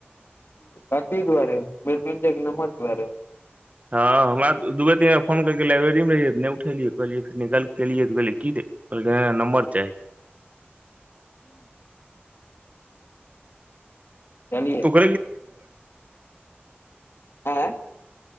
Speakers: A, on the left; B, on the right.
A: अथी द्वारेट नंबर द्वारे
B: हँ हमरा दूए दिनमे फोन लाइब्रेरी मे रहियै नहि उठेलियै कहलै फेरिकलेलियै त कहलियै कि दे कहलके ने न नम्बर चाही
A: ह्म च
B: वं
A: आँय